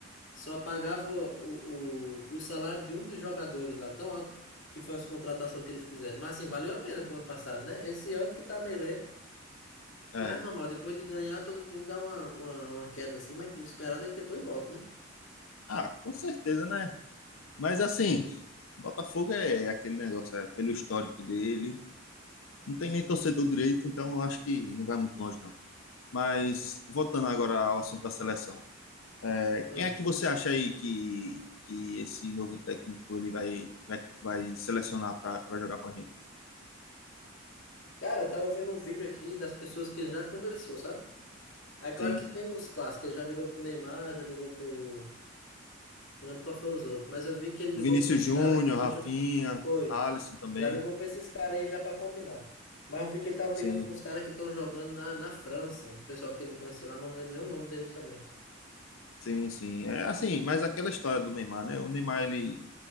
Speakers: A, on the left (about 70°); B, on the left (about 80°).
A: só pagava o, o, o salário de um dos jogadores lá, tão alto que foi as contratações que eles fizeram. Mas, assim, valeu a pena pro ano passado, né? Esse ano que tá meio lento.
B: É.
A: Mas é normal, depois de ganhar, todo time dá uma, uma, uma queda assim, mas o esperado é que depois volta, né?
B: Ah, com certeza, né? Mas assim, Botafogo é aquele negócio, é pelo histórico dele. Não tem nem torcedor direito, então eu acho que não vai muito longe, não. Mas voltando agora ao assunto da seleção. É,
A: Hum.
B: quem é que você acha aí que, que esse novo técnico ele vai, vai, vai selecionar para jogar com a gente?
A: Cara, eu tava vendo um vídeo aqui das pessoas que ele já conversou, sabe? Aí, claro
B: Sim.
A: que tem os clássicos, ele já ligou pro Neymar, já ligou pro, Não lembro qual foi os outros, mas eu vi que ele
B: O
A: ligou
B: Vinícius
A: pra uns
B: Júnior,
A: caras que estão.
B: Rafinha,
A: Foi.
B: Alisson também.
A: Já ligou pra esses caras aí já pra combinar. Mas eu vi que ele tava
B: Sim,
A: ligando pra uns caras que estão jogando na, na França. Um pessoal que ele conheceu lá, mas não lembro nem o nome deles também.
B: sim, sim. É assim, mas aquela história do Neymar, né? O Neymar, ele